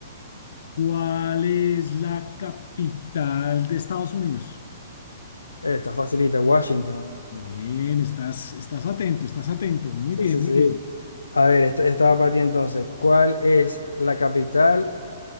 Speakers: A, on the left (about 65°); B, on the left (about 85°).
A: ¿cuál es la capital de Estados Unidos?
B: Eh, Está facilita, Washington.
A: Bien, estás, estás atento, estás atento. Muy
B: Sí,
A: bien,
B: sí,
A: muy
B: sí.
A: bien.
B: A ver, esta, estaba para ti entonces, ¿cuál es la capital